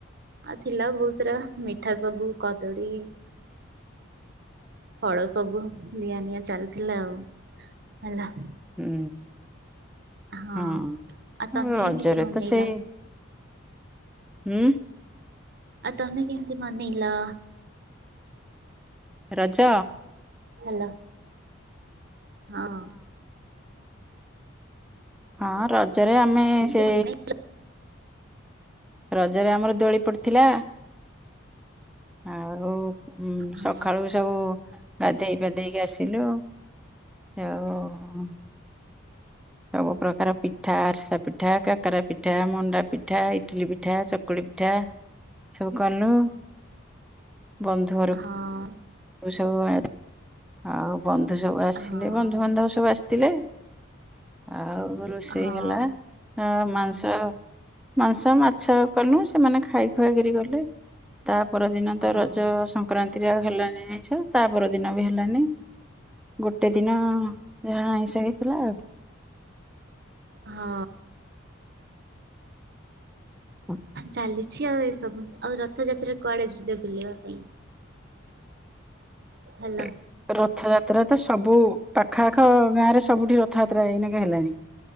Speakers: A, on the right (about 50°); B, in the centre.
A: ଆଉ ଥିଲା ବହୁତ ସାରା ମିଠା ସବୁ କଦଳୀ <inaudible> ଫଳ ସବୁ ନିଆଁ ନିଆଁ ଚାଲିଥିଲା ଆଉ ହେଲା।
B: ହୁଁ
A: ହଁ
B: ହଁ
A: ଆଉ ତମେ
B: ରଜରେ
A: କେମିତି ମନେଇଲ
B: ତ ସେଇ ହୁଁ।
A: ଆଉ ତମେ ମନେଇଲ?
B: ରଜ।
A: ହାଲୋ ହଁ।
B: ହଁ ରଜରେ ଆମେ
A: ଏମିତି
B: ସେ
A: ମାନେ
B: ରଜରେ ଆମର ଦୋଳି ପଡିଥିଲା। ଆଉ ଉଁ
A: ହଁ
B: ସଖାଳୁ ସବୁ ଗାଧେଇ ପାଧେଇକି ଆସି ଥିଲୁ ଆଉ ଉଁ ସବୁ ପ୍ରକାର ପିଠା ଆରିସା ପିଠା, କାକେରା ପିଠା, ମଣ୍ଡା ପିଠା, ଇଟିଲି ପିଠା, ଚ କୁଳି ପିଠା ସବୁ କଲୁ ବନ୍ଧୁ ଘରୁ
A: ହଁ।
B: ଏଇ ସବୁ ଆ ଆଉ ବନ୍ଧୁ ସବୁ ଆସିଲେ
A: ହଁ
B: ବନ୍ଧୁବାନ୍ଧବ ସବୁ ଆସିଥିଲେ। ଆଉ ରୁ-ରୋଷେଇ
A: ହଁ
B: ହେଲା ହଁ ମାଂସ ମାଂସ ମାଛ କଲୁ ସେମାନେ ଖାଇ ଖୁଆକିରି ଗଲେ। ତା ପରଦିନ ତ
A: ହଁ
B: ରଜ ସଂକ୍ରାନ୍ତିରେ ହେଲାନି ଆଇଁଷ ତା ପରଦିନ ବି ହେ ହେଲାନି ଗୋଟେ ଦିନ ଯାହା ଆଇଁଷ ହେଇଥିଲା ଆଉ।
A: ହଁ।
B: ହଁ।
A: ଚାଲିଛି ଆଉ ଏସବୁ ଆଉ ରଥଯାତ୍ରା କୁଆଡ଼େ ଯିବେ ବୁଲିବା ପାଇଁ? ହାଲୋ
B: ଏ ରଥଯାତ୍ରା ତ ସବୁ ପାଖ ଆଖ ଗାଁରେ ସବୁଠି ରଥଯାତ୍ରା ଏଇନାକେ ହେଲାଣି।